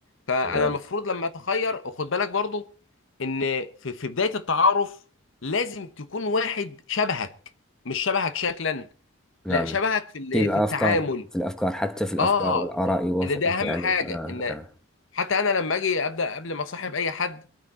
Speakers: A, on the left; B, in the centre.
A: فانا
B: نعم
A: المفروض لما اتخير وخد بالك برضو ان في في بدايه التعارف لازم تكون واحد شبهك مش شبهك شكلا
B: نعم
A: لا شبهك في الايه
B: في الأفكار
A: في التعامل
B: في الأفكار حتى في الأفكار
A: اه
B: والآراء يوافقك
A: اللي ده اهم
B: يعني
A: حاجه
B: آه
A: ان
B: نعم
A: حتى انا لما اجي ابدا قبل ما اصاحب اي حد